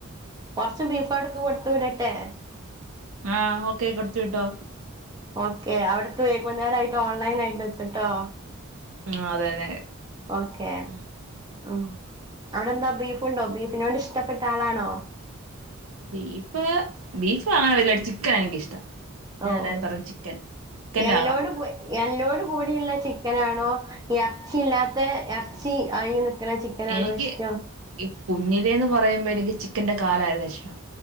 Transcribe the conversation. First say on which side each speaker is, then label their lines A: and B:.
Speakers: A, on the right; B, on the right.
A: കൊറച്ച് ബീഫു അവിടുക്ക് കൊടുത്തു വിടട്ടെ
B: ആഹ് ഓക്കെ കൊടുത്തു വിട്ടോ
A: ഓക്കെ അവിടക്ക് വൈകുന്നേരംമായിട്ട് ഓൺലൈൻ ആയിട്ട് എത്തിട്ടോ
B: ഉം അതെ അതെ
A: ഓക്കെ
B: ഉം
A: ഉം. അവിടെ എന്താ ബീഫുണ്ടോ ബീഫിനോട് ഇഷ്ടപ്പെട്ട ആളാണോ?
B: ബീഫ് ബീഫ് <unintelligible> ചിക്കൻ ആണ് എനിക്കിഷ്ടം. ഞാൻ
A: ഓ
B: എല്ലാരും പറയും ചിക്കൻ ചിക്കന്റെ
A: എല്ലോട്
B: ആളാ
A: എല്ലോട് കൂടിയുള്ള ചിക്കൻ ആണോ ഇറച്ചിയില്ലാത്ത ഇറച്ചി <unintelligible>
B: എനിക്ക്
A: ഇഷ്ടം
B: ഈ കുഞ്ഞിലേന്ന് പറയുമ്പോ എനിക്ക് ചിക്കന്റെ കാലായിരുന്നു ഇഷ്ട്ടം.